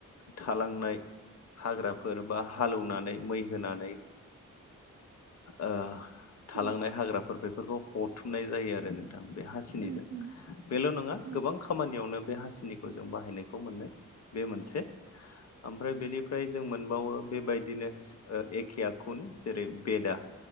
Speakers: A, on the left; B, on the right.
A: थालांनाय हाग्राफोर बा हाल एवनानै मै होनानै ओ थालांनाय
B: उम
A: हाग्राफोर बेफोरखौ हथुमनाय जायो आरो नोंथां बे हासिनिजों
B: उम उम
A: बेल' नङा
B: उम
A: गोबां खामानियावनो बे हासिनि खौ जों बाहायनायखौ मोनो बे मोनसे ओमफ्राय बेनिफ्राय जों मोनबावो बेबायदिनो ओ एखे आखुनो जेरै बेदा